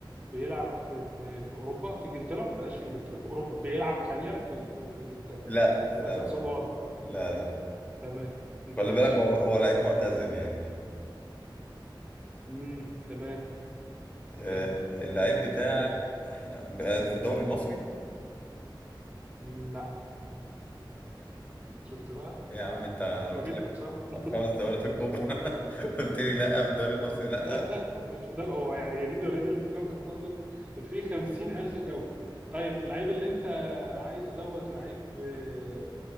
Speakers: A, on the right; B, on the left.
A: بيلعب في في اوروبا في انجلترا بلاش في انجلترا في اوروبا بيلعب حاليا في في, في انجلترا
B: لا
A: انا بسأل
B: لا
A: سؤال واضح
B: لا
A: تمام ماشي
B: خلي بالك هو هو لعيب
A: اسأل
B: معتزل يعني
A: امم تمام
B: آه.
A: كم
B: اللعيب بتاعك احنا بقى في الدوري المصري
A: لا شفت بقى
B: ايه يا عم انت انا قلت
A: فاجئتك
B: لك
A: صح <laughs>
B: خمس دورات الكبرى <laughs> قلت لي لا في الدوري المصري
A: أنا قلت
B: لا
A: لك لا هو مش ده هو يعني هي دي الدوريات اللي في الكوكب كله ده فيه 50000 كوكب طيب اللعيب اللي انت عايزه دوت لعيب آه،